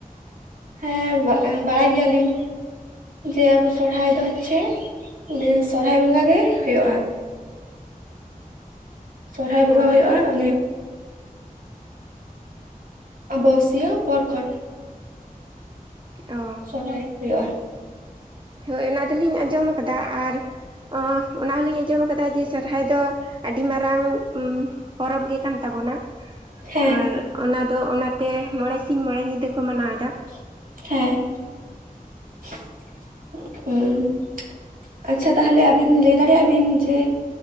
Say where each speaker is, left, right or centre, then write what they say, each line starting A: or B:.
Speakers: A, on the right; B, on the right.
A: ᱦᱮᱸ ᱵᱟ ᱵᱟᱲᱟᱭ ᱜᱮᱭᱟᱞᱤᱧ, ᱡᱮ ᱟᱵᱚ ᱥᱚᱨᱦᱟᱭ ᱫᱚ ᱦᱚᱪᱪᱷᱮ, ᱮ ᱥᱚᱨᱦᱟᱭ ᱵᱚᱸᱜᱟ ᱜᱮ ᱦᱳᱭᱳᱜ-ᱟ᱾ ᱥᱚᱨᱦᱟᱭ ᱵᱚᱸᱜᱟ
B: ᱚ
A: ᱦᱩᱭᱩᱜᱼᱟ,
B: ᱟᱪᱪᱷᱟ
A: ᱚᱱᱮ ᱟᱢᱵᱟ ᱵᱟᱹᱥᱤᱭᱟᱹ ᱯᱚᱨ ᱠᱷᱚᱱ
B: ᱚ
A: ᱥᱚᱨᱦᱟᱭ ᱦᱩᱭᱩᱜᱼᱟ᱾
B: ᱦᱳᱭ ᱚᱱᱟ ᱫᱚᱞᱤᱧ ᱟᱸᱡᱚᱢ ᱠᱟᱫᱟ ᱟᱨ ᱚ ᱚᱱᱟ ᱦᱚᱞᱤᱧ ᱟᱸᱡᱚᱢ ᱠᱟᱫᱟ ᱡᱮ ᱥᱚᱨᱦᱟᱭ ᱫᱚ ᱟᱹᱰᱤ ᱢᱟᱨᱟᱝ ᱯᱚᱨᱚᱵᱽ ᱜᱮ ᱠᱟᱱ ᱛᱟᱵᱚᱱᱟ,
A: ᱦᱮᱸ
B: ᱟᱨ ᱚᱱᱟ ᱫᱚ ᱚᱱᱟ ᱛᱮ ᱢᱚᱬᱮ ᱥᱤᱧ ᱢᱚᱬᱮ ᱧᱤᱫᱟᱹ ᱠᱚ ᱢᱟᱱᱟᱣ ᱮᱫᱟ᱾
A: ᱦᱮᱸ ᱩᱸᱜ ᱩᱸ᱾ ᱟᱪᱪᱷᱟ ᱛᱟᱦᱚᱞᱮ ᱟᱹᱵᱤᱱ ᱞᱟᱹᱭ ᱫᱟᱲᱮᱭᱟᱜ ᱵᱤᱱ ᱡᱮ